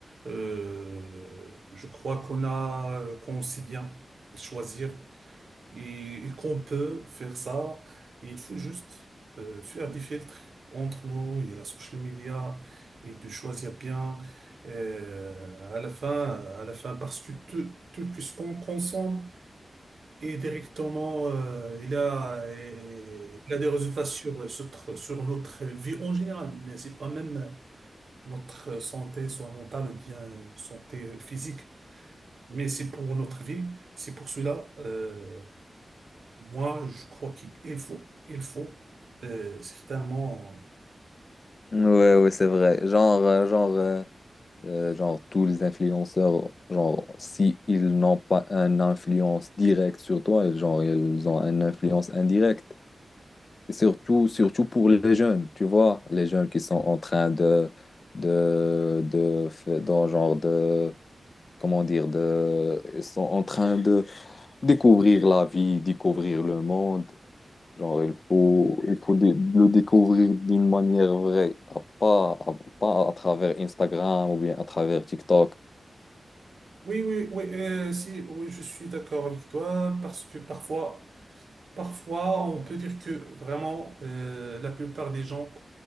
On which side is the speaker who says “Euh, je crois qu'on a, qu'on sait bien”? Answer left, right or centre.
Right